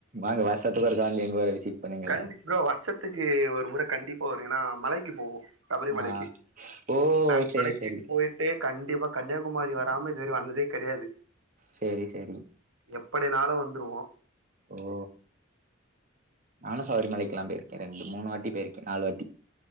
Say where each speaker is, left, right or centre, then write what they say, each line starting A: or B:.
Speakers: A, on the right (about 40°); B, on the right (about 75°).
A: வாங்க வர்ஷத்துக்கு ஒருக்கா வந்து எங்க ஊர விசிட் பண்ணுங்க
B: கண்டி
A: எல்லாரு
B: ப்ரோ வர்ஷத்துக்கு ஒரு முற கண்டிப்பா வரு ஏனா மலைக்கி போவோ சபரி
A: ஆ
B: மலைக்கி
A: ஓ
B: நாங்க
A: செரி
B: மலைக்கி
A: செரி
B: போயிட்டு கண்டிப்பா கன்னியாகுமரி வராம இதுவரயு வந்ததே கெடயாது
A: சேரி சேரி
B: எப்படினாலு வந்துருவோ
A: ஓ நானு சபரிமலைக்குல்லா போய்ருக்கே ரெண்டுமூணு வாட்டி போயிருக்கே நாலு வாட்டி